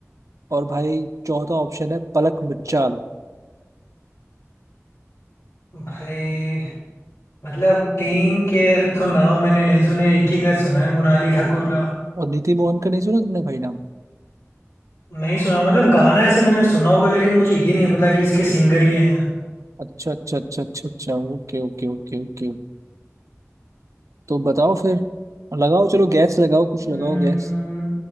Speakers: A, on the right; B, on the left.
A: और भाई चौथा ऑप्शन है पलक मुच्छाल
B: भाई मतलब तीन के तो नाम मैंने नहीं सुने एक ही का सुना है मोनाली ठाकुर का
A: और नीति मोहन का नहीं सुना तुमने भाई नाम
B: नहीं सुना मतलब गाना ऐसे मैंने सुना होगा लेकिन मुझे ये नहीं पता कि इसके सिंगर ये हैं
A: अच्छा अच्छा अच्छा अच्छा अच्छा ओके ओके ओके ओके तो बताओ फिर लगाओ चलो गैस लगाओ कुछ
B: हम्म,
A: लगाओ गैस